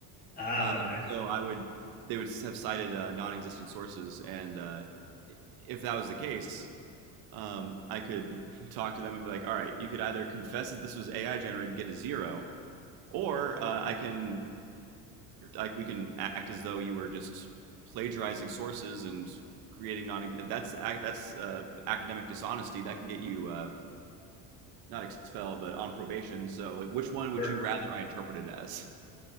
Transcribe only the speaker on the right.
Uh,
so I would, they would have cited uh, non-existent sources, and uh, if that was the case, um, I could <laughs> talk to them and be like, all right, you could either confess that this was AI generated, get a zero, or uh, I can like we can act as though you were just plagiarizing sources and creating non that's that's uh, academic dishonesty that can get you uh, not expelled but on probation so like, which one would
you rather i interpret it as